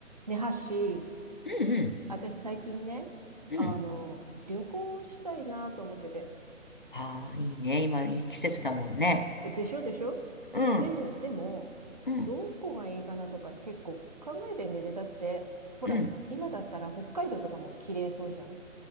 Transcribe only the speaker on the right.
ねはし、
私最近ね、
あの、旅行したいなと思ってて。
でしょでしょ
で、でも、
どこがいいかなとか結構考えてんだよね。だって、ほら、
今だったら北海道とかも綺麗そうじゃん。